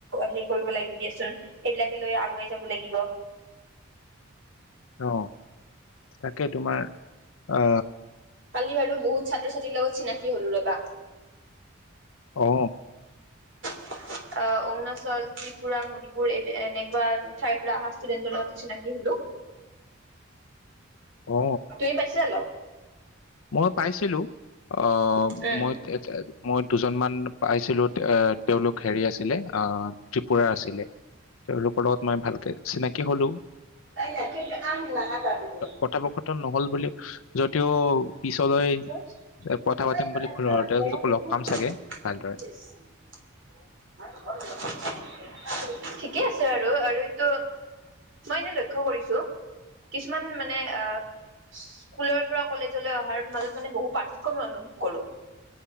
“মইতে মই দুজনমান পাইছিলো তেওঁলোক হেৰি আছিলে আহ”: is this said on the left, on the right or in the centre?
Left